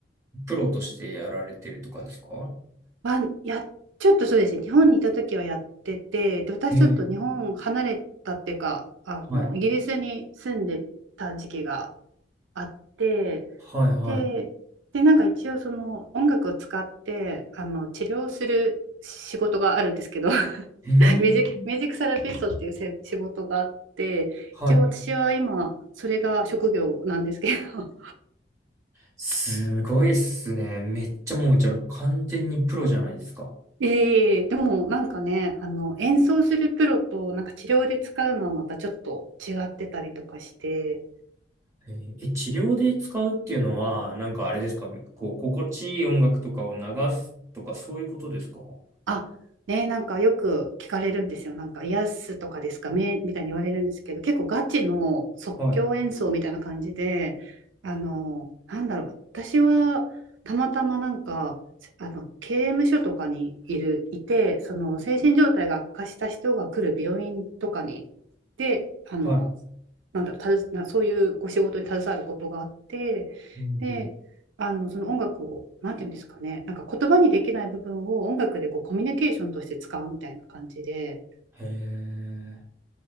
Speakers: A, on the right; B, on the right.
A: プロとしてやられてるとかですか
B: はや、ちょっとそうですね、日本にいた時はやってて、で、私ちょっと日本離れたっていうか、
A: えー、
B: あの、
A: はい。
B: イギリスに住んでた時期があって、
A: はいはい。
B: で、で、なんか一応その音楽を使って、あの、治療する仕事があるんですけど <laughs>、
A: うん。
B: ミュージック、ミュージックセラピストっていうせ仕事があって、
A: はい。
B: 一応私は今、それが職業なんですけど
A: すごいっすね。めっちゃもう、じゃあ完全にプロじゃないですか。
B: ええでもなんかね、あの演奏するプロとなんか治療で使うのはまたちょっと違ってたりとかして、
A: えーえ治療で使うっていうのは、なんかあれですかこう、心地いい音楽とかを流すとか、そういうことですかは
B: あ、ね、なんかよく聞かれるんですよ。なんか、癒すとかですかねみたいに言われるんですけど、結構ガチの即興演奏みたいな感じで、
A: い、
B: あの、なんだろう、私はたまたまなんか、あの刑務所とかにいる、いて、その精神状態が悪化した人が来る病院とかに、で、あの、
A: はい。
B: なんだろう、たずなそういうこう仕事に携わることがあって、
A: うんうん。
B: で、あのその音楽を、なんていうんですかね、なんか言葉にできない部分を音楽でこうコミュニケーションとして使うみたいな感じで、
A: へえ。